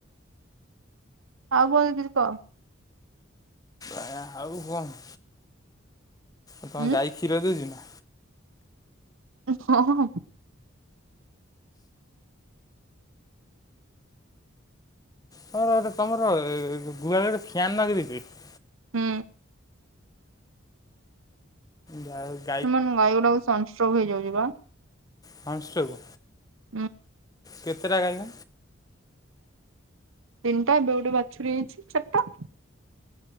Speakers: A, on the right; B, on the left.
A: ଆଉ ଭଲ କରି କହ
B: ା ଆଉ କଣ? ଁ ତମ
A: ଉଁ
B: ଗାଈ କ୍ଷୀର ଦଉଛି ନା?
A: ହଁ ହଁ।
B: ସ ଗୋଟ ତମର ଗୁହାଳ ରେ ଗୋଟେ ଫ୍ୟାନ୍ ନଗେଇ ଦେଇଛ କି?
A: ହୁଁ।
B: ଦା <unintelligible>
A: ତ ମାନ ଗାଈ ଗୁଡାକୁ ସନ୍ ଷ୍ଟ୍ରୋକ ହେଇଯାଉଛି ବା
B: ସନ୍ ଷ୍ଟ୍ରୋକ?
A: ହଁ।
B: କେତେଟା ଗାଈ?
A: ତିନିଟା ଏବେ ଗୋଟେ ବାଛୁରୀ ହେଇଛି ଚାରଟା।